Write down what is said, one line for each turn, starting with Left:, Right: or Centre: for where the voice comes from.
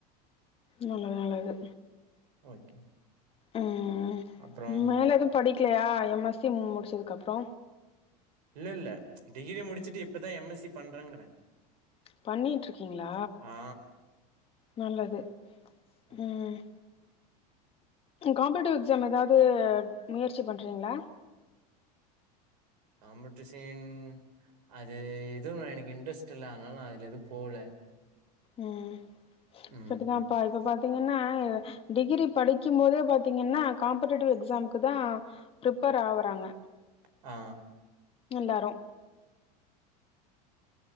Left: நல்லது நல்லது
Right: ஓகே
Left: ம்
Right: அப்றோ
Left: மேல எதுவு படிக்கலையா எம் எஸ் சி முடிச்சதுக்கு அப்றோ
Right: இல்ல இல்ல டிகிரி முடிச்சிட்டு இப்பதா எம் எஸ் சி பண்றங்கற
Left: பண்ணிட்டிருக்கீங்களா
Right: ஆ
Left: நல்லது
Right: ஓகே
Left: ம் காம்பட்டிவ் எக்ஸாமு ஏதாது முயற்சி பண்ணுறீங்ளா
Right: காம்படிஷன் அது எதுவு எனக் இன்ட்ரெஸ்ட் இல்ல அதனால எதுவு போகல
Left: ம்
Right: ம்
Left: செரிதாம்பா இப்ப பாத்தீங்கன்னா இத டிகிரி படிக்கும் போதே பாத்தீங்கன்னா காம்பட்டிட்டிவ் எக்ஸாம்கு தா பிரிப்பர் ஆகுறாங்க
Right: ஆ
Left: எல்லாரு